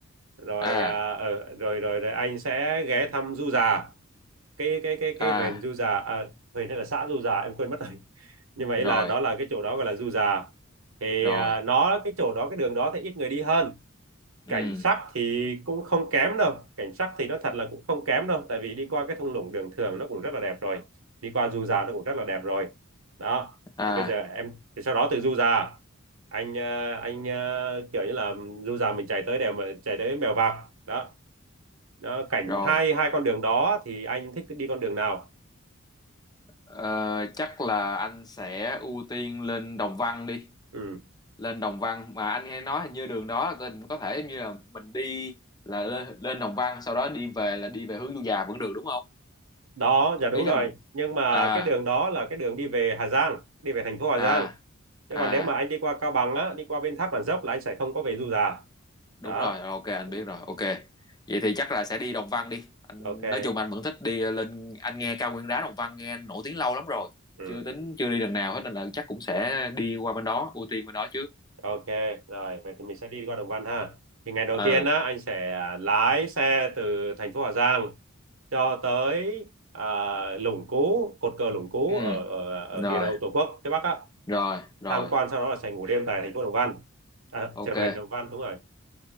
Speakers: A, on the right (about 90°); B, on the left (about 20°).
A: rồi
B: à
A: à, ở rồi, rồi rồi anh sẽ ghé thăm Du Già cái cái cái
B: à
A: cái huyện Du Già à, huyện hay là xã Du Già em quên mất rồi như vậy
B: rồi
A: là đó là cái chỗ đó gọi là du già thì
B: rồi
A: à, nó cái chỗ đó cái đường đó thì ít người đi hơn
B: ừ
A: cảnh sắc thì cũng không kém đâu cảnh sắc thì nó thật là cũng không kém đâu tại vì đi qua cái thung lũng đường thường nó cũng rất là đẹp rồi đi qua du già nó cũng rất là đẹp rồi đó
B: à
A: thì bây giờ em thì sau đó từ du già anh ờ, anh ờ, kiểu như là du già mình chạy tới đèo mà chạy tới mèo vạc đó nó cảnh
B: rồi
A: hai hai con đường đó thì anh thích đi con đường nào
B: Ờ, chắc là anh sẽ ưu tiên lên Đồng Văn đi
A: ừ
B: lên Đồng Văn mà anh hay nói hình như đường đó là có có thể giống như là mình đi là lên, lên Đồng Văn sau đó đi về là đi về hướng Du Già vẫn được đúng không
A: đó dạ đúng
B: ý
A: rồi
B: là
A: nhưng mà
B: à
A: cái đường đó là cái đường đi về Hà Giang đi về thành phố Hà
B: à
A: Giang chứ
B: à
A: còn nếu mà anh đi qua Cao Bằng á đi qua bên Thác Bản Dốc là anh sẽ không có về Du Già
B: đúng
A: đó
B: rồi ok anh
A: ừ,
B: biết rồi ok vậy thì chắc là sẽ đi Đồng Văn đi anh
A: ok
B: nói chung anh vẫn thích đi lên anh nghe cao nguyên đá Đồng Văn nghe nổi tiếng lâu lắm rồi
A: ừ,
B: chưa tính chưa đi lần nào hết nên là chắc cũng sẽ đi qua bên đó ưu tiên bên đó trước
A: ok rồi vậy thì mình sẽ đi qua Đồng Văn ha thì ngày đầu
B: ừ
A: tiên á anh sẽ à, lái xe từ thành phố Hà Giang cho tới à, Lũng Cú cột cờ Lũng Cú
B: ừ
A: ở, ở ở
B: rồi
A: địa đầu Tổ quốc phía Bắc á
B: rồi rồi
A: tham quan sau đó là sẽ ngủ đêm tại thành phố Đồng Văn à,
B: ok
A: chợ huyện Đồng Văn đúng rồi